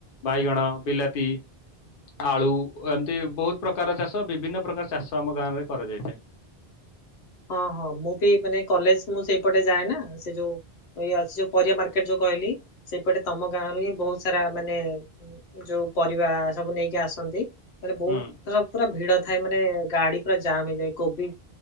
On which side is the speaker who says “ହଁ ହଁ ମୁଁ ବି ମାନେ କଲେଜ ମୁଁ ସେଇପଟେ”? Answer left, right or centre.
Left